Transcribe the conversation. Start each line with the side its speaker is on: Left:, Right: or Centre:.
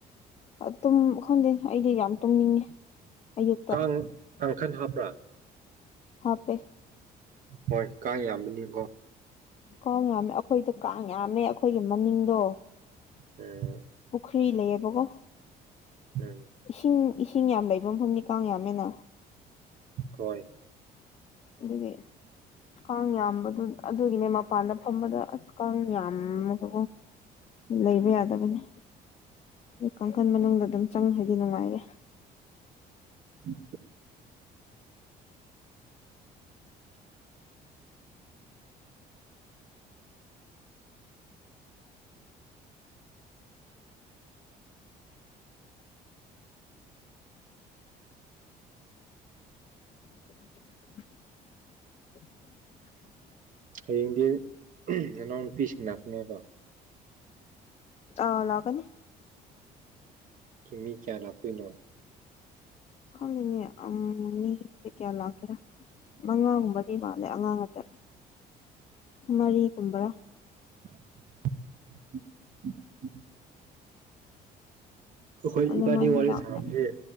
Left: ꯑꯥꯇꯨꯝ ꯈꯪꯗꯦ ꯑꯩꯗꯤ ꯌꯥꯝ ꯇꯨꯝꯅꯤꯡꯉꯦ ꯑꯌꯨꯛꯇ
Right: ꯀꯥꯡ ꯀꯪꯈꯥꯟ ꯍꯞꯄꯔꯥ
Left: ꯍꯞꯄꯦ
Right: ꯍꯣꯏ ꯀꯥꯡ ꯌꯥꯝꯕꯅꯤꯀꯣ
Left: ꯀꯥꯡ ꯌꯥꯝꯃꯦ ꯑꯩꯈꯣꯏꯗ ꯀꯥꯡ ꯌꯥꯝꯃꯦ ꯑꯩꯈꯣꯏꯒꯤ ꯃꯅꯤꯡꯗꯣ
Right: ꯎꯝ
Left: ꯄꯨꯈꯔꯤ ꯂꯩꯌꯦꯕꯣ ꯀꯣ
Right: ꯎꯝ
Left: ꯏꯁꯤꯡ ꯏꯁꯤꯡ ꯌꯥꯝ ꯂꯩꯕ ꯃꯐꯝꯗꯤ ꯀꯥꯡ ꯌꯥꯝꯃꯦꯅ
Right: ꯍꯣꯏ
Left: ꯑꯗꯨꯒꯤ ꯀꯥꯡ ꯌꯥꯝꯕꯗꯨ ꯑꯗꯨꯒꯤꯅꯦ ꯃꯄꯥꯟꯗ ꯐꯝꯕꯗ ꯀꯥꯡ ꯌꯥꯝꯃꯒ ꯂꯩꯕ ꯌꯥꯗꯕꯅꯤ ꯑ ꯀꯥꯡꯈꯜ ꯃꯅꯨꯡꯗ ꯑꯗꯨꯝ ꯆꯪꯈ꯭ꯔꯗꯤ ꯅꯨꯡꯉꯥꯏꯔꯦ
Right: ꯎꯝ
Left: ꯗ
Right: ꯍꯌꯦꯡꯗꯤ ꯅꯅꯥꯎ ꯅꯨꯄꯤꯁꯤꯡ ꯂꯥꯛꯀꯅꯦꯕ
Left: ꯑ ꯂꯥꯛꯀꯥꯅꯤ
Right: ꯃꯤ ꯀꯌꯥ ꯂꯛꯇꯣꯏꯅꯣ
Left: ꯈꯪꯗꯦꯅꯦ ꯎꯝ ꯃꯤ ꯗꯤ ꯀꯌꯥ ꯂꯥꯛꯀꯦꯔ ꯃꯉꯥꯒꯨꯝꯕꯗꯤ ꯃꯥꯜꯂꯦ ꯑꯉꯥꯡ ꯉꯥꯛꯇ ꯃꯔꯤꯒꯨꯝꯕꯔꯥ
Right: <inaudible> ꯑꯩꯈꯣꯏ
Left: ꯑꯗꯨꯃꯥꯏꯅ
Right: ꯏꯕꯥꯅꯤ ꯋꯥꯔꯤ
Left: ꯂꯥꯛꯈ꯭ꯔꯦ
Right: ꯁꯥꯟꯅꯕꯁꯦ